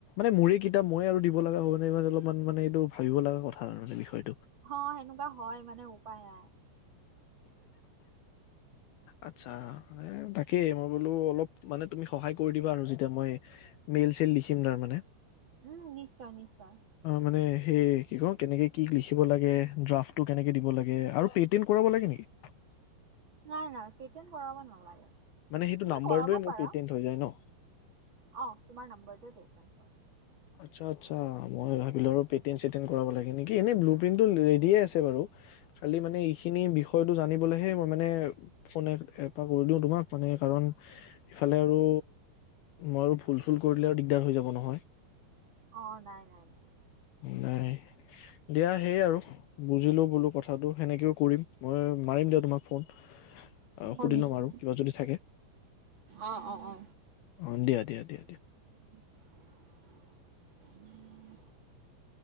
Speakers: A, on the left; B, on the right.
A: নাই মোৰে কিতাপ, মই আৰু দিব লগা হ'বানে মানে অলপমান মানে ভাবিব লগা কথা আৰু মানে বিষয়টো
B: হ, সেনেকুৱা হয় মানে উপায় আৰ।
A: আচ্ছা তাকেই মই বোলো অলপ মানে তুমি সহায় কৰি দিবা আৰু যেতিয়া মই মেইল চেল লিখিম তাৰ মানে
B: উম নিশ্চয় নিশ্চয়
A: মানে সেই কি ক কেনেকে কি লিখিব লাগে ড্ৰাফট টো কেনেকে দিব লাগে আৰু পেটেণ্ট কৰাব লাগে নেকি <unintelligible>
B: নাই নাই পেটেন কৰাব নালাগে
A: মানে সেইটো
B: তুমি
A: নাম্বাৰটোৱে
B: কৰাব
A: মোৰ
B: পাৰা
A: পেটিম হৈ যায় ন
B: অ তোমাৰ নম্বৰটো দে ঘ
A: আচ্ছা আচ্ছা মই ভাবিলো আৰু পেটিয়েম চেটন কৰাব লাগে নেকি এনে ব্লু প্ৰিন্টটো ৰেডিয়ে আছে বাৰু খালি মানে এইখিনি বিষয়টো জানিবলৈহে মই মানে ফোন এপ কৰিলওঁ তোমাক মানে কাৰণ ইফালে আৰু মই আৰু ভুল চুল কৰিলে আৰু দিগদাৰ হৈ যাব নহয়
B: অ, নাই, নাই, নাই ন
A: নাই দিয়া সেই আৰু বুজিলোও বোলো কথাটো সেনেকেও কৰিম মই মাৰিম দিয়া তোমাক ফোন অ
B: অ,
A: সুধি
B: নিশ্চয়
A: লম আৰু কিবা যদি থাকে
B: অ, অ, অ,
A: অ দিয়া দিয়া- দিয়া দিয়া।
B: <inaudible>